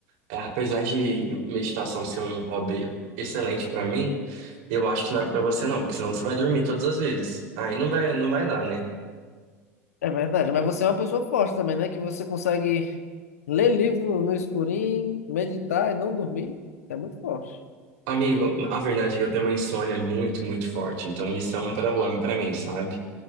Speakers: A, on the right; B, on the left.
A: é, apesar de meditação ser um hobby excelente pra mim, eu acho que não é pra você não, porque senão você vai dormir todas as vezes. Aí não vai, não vai dar, né?
B: É verdade, mas você é uma pessoa forte também, né? Que você consegue ler livro no escurinho, meditar e não dormir. É muito forte.
A: Amigo, a verdade é que eu tenho uma insônia muito, muito forte, então isso é um problema pra mim, sabe?